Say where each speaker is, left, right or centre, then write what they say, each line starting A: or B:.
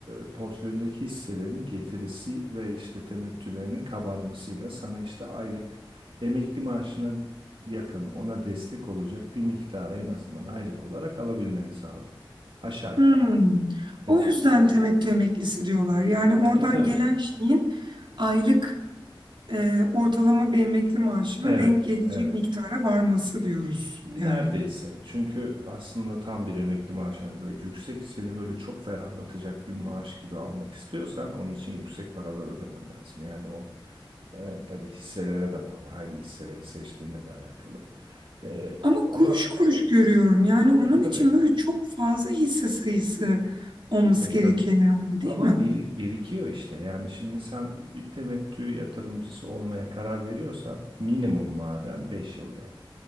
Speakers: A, on the right; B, on the right.
A: e, portföyündeki hisselerin getirisi ve işte temettülerinin kabarmasıyla sana işte aylık emekli maaşına yakın ona destek olacak bir miktarı en azından aylık olarak alabilmeni sağlıyor. Aşağı yukarı.
B: Hmm.
A: ama. E,
B: O
A: t-
B: yüzden temettü emeklisi diyorlar. Yani oradan
A: e tabii.
B: gelen şeyin aylık e, ortalama bir emekli maaşına
A: Evet,
B: denk gelecek
A: evet.
B: miktara varması diyoruz
A: Neredeyse.
B: yani.
A: Çünkü aslında tam bir emekli maaşı hani böyle yüksek seni böyle çok ferahlatacak bir maaş gibi almak istiyorsan onun için yüksek paralar ödemen lazım. Yani o E, tabii hisselere de bağlı. Hangi hisseleri seçtiğinle de alakalı. E,
B: Ama
A: ama
B: kuruş kuruş görüyorum. Yani onun
A: e tabii,
B: için böyle çok fazla hisse sayısı olması
A: e
B: gerekiyor
A: tabii.
B: herhalde değil
A: Ama
B: mi?
A: biri, birikiyor işte. Yani şimdi sen bir temettü yatırımcısı olmaya karar veriyorsan minimum maden 5 yıl yani.